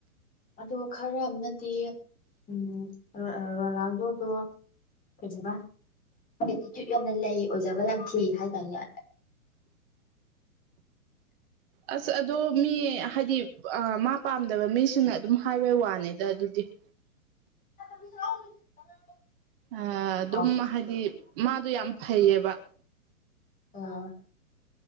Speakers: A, on the left; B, on the right.
A: ꯑꯗꯣ ꯈꯔ ꯑꯃꯅꯗꯤ ꯎꯝ ꯂꯜꯗꯣꯗꯣ ꯀꯖꯤꯕ ꯑꯦꯇꯤꯆꯌꯨꯠ ꯌꯥꯝꯅ ꯂꯩ ꯑꯣꯏꯖꯕ ꯌꯥꯝ ꯊꯤ ꯍꯥꯏꯇꯥꯔꯅꯦ
B: ꯑꯁ ꯑꯗꯣ ꯃꯤ ꯍꯥꯏꯗꯤ ꯃꯥ ꯄꯥꯝꯗꯕ ꯃꯤꯁꯤꯡꯅ ꯑꯗꯨꯝ ꯍꯥꯏꯕꯩ ꯋꯥꯅꯤꯗ ꯑꯗꯨꯗꯤ ꯎ
A: <unintelligible>
B: ꯑ ꯑꯗꯨꯝ
A: ꯑꯣ
B: ꯍꯥꯏꯗꯤ ꯃꯥꯗꯣ ꯌꯥꯝ ꯐꯩꯌꯦꯕ
A: ꯑꯥ